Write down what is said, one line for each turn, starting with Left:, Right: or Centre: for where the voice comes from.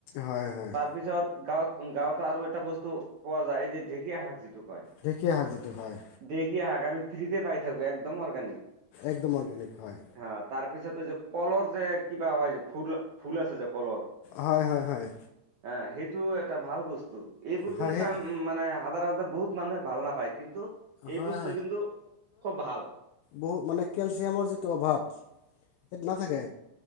Left: হয় হয়
Right: তাৰপিছত গাঁৱত উম, গাঁৱতে আৰু এটা বস্তু পোৱা যায় এই যে ঢেকীয়া শাক যিটো কয়
Left: ঢেকীয়া শাক যিটো হয়।
Right: ঢেকীয়া শাক আমি ফ্ৰীতে পাই থাকোঁ, একদম অৰ্গানিক।
Left: একদম অৰ্গেনিক হয়।
Right: হা, তাৰপিছত এই যে কলৰ যে কিবা হয় ফুল, ফুল আছে যে কলৰ
Left: হয় হয় হয়।
Right: আহ, সেইটোও এটা ভাল বস্তু, এইবোৰ
Left: হয়
Right: কিন্তু আম
Left: সেই
Right: মানে সাধাৰণতে বহুত মানুহে ভাল নাপায় কিন্তু এই
Left: হয়
Right: বস্তু কিন্তু খুব ভাল।
Left: বহু মানে কেলচিয়ামৰ যিটো অভাব সেইটো নাথাকে,